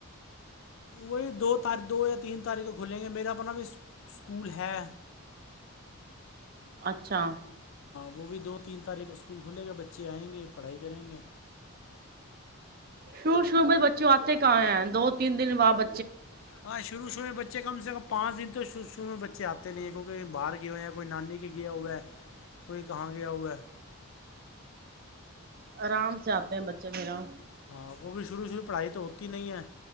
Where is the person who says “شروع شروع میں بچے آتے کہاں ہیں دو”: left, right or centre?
Right